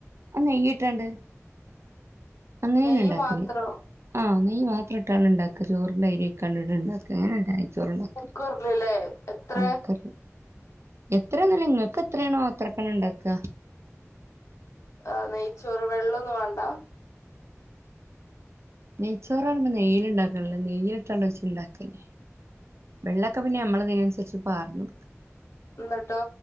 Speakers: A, on the right; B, on the left.
A: ആഹ് നെയ്യ്ട്ടാണ്ട് അങ്ങനെന്നെ
B: നെയ്യ്
A: ഇണ്ടാക്കല്
B: മാത്രോ
A: ആഹ് നെയ് മാത്രം ഇട്ടാണ് ണ്ടാക്ക ചോറിന്റെ അരി അയിക്കാണ്ട്ഡ്‌ ണ്ടാക്ക <unintelligible> ചോറ്ണ്ടാക്കല്
B: കുക്കറിലല്ലേ എത്ര
A: കുക്കർല് എത്രന്നല്ല ങ്ങൾക്ക് എത്രയാണോ അത്രക്കന്നേ ണ്ടാക്ക
B: ആഹ് നെയ്ച്ചോറ് വെള്ളന്നും വാണ്ട
A: നെയ്ച്ചോറാകുമ്പോ നെയ്യിൽ ണ്ടാക്കല് നെയില് ഇട്ടാണ്ടണ്ട് ഇജ്ജ് ണ്ടാക്കല് വെള്ളൊക്ക പിന്നെ നമ്മള തിനനുസരിച്ച് പാർന്ന്ടുക്ക
B: എന്നിട്ടോ